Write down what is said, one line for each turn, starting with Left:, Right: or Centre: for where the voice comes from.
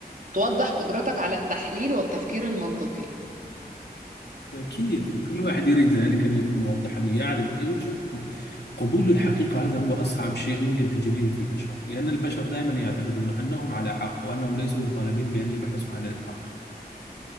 Right: توضح قدرتك على التحليل والتفكير المنطقي
Left: أكيد كل واحد يريد ذلك أن يكون موضحا أن يعرف يقول شوفوا قبول الحقيقة هذا هو أصعب شيء ممكن تجدين في البشر لأن البشر دائما يعتقدون أنهم على حق وأنهم ليسوا مطالبين بأن يبحثوا عن الحق